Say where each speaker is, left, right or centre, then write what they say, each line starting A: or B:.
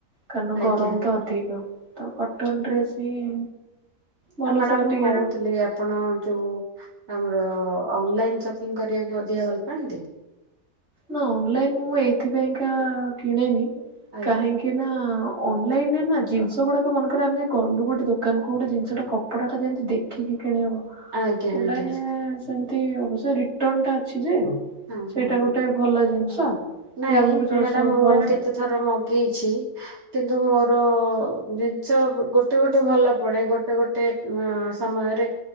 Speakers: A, on the right; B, on the right.
A: କାରଣ ଗରମ
B: ଆଜ୍ଞା
A: ତ ଅଧିକ ତ କଟନ ଡ୍ରେସ୍ ହିଁ ଭଲ
B: ଆ ମ୍ୟାଡାମ
A: ସ
B: ମୁଁ
A: ଟିକେ
B: କହୁଥିଲି ଆପ୍ ଆପଣ ଯୋଉ ଆମର ଅନଲାଇନ ସପିଙ୍ଗ୍ କରିବାକୁ ଅଧିକ ଭଲ ପାଆନ୍ତି?
A: ନା ଅନଲାଇନ ମୁଁ ଏଇଥିପାଇଁକା କିଣେନି
B: ଆଜ୍ଞା
A: କାହିଁକି ନା ଅନଲାଇନରେ ନା ଜିନିଷ ଗୁଡାକ ମନେକରେ ଆମେ ଗଲୁ ଗୋଟେ ଦୋକାନ କୁ ଗୋଟେ ଜିନିଷଟେ କ କପଡ଼ାଟା ଯେମିତି ଦେଖିକି କିଣିହବ
B: ଆଜ୍ଞା
A: ଅନଲାଇନ
B: ଆଜ୍ଞା
A: ରେ ସେମିତି ଅବସ୍ୟ ରିଟର୍ନ ଟା ଅଛି ଯେ
B: ହଁ
A: ସେଇଟା
B: ହଁ ହଁ।
A: ଗୋଟେ ଭଲ ଜିନିଷ
B: ନାଇଁ
A: ଯେ ଆମକୁ ଯ
B: ମ୍ୟାଡାାମ
A: ସବୁ
B: ମୁଁ
A: ଭଲ
B: କେତେ ଥର ମଗେଇଛି କିନ୍ତୁ ମୋର ଜିନିଷ ଗୋଟେ ଗୋଟେ ଭଲ ପଡେ ଗୋଟେ ଗୋଟେ ଅଁ ସମୟରେ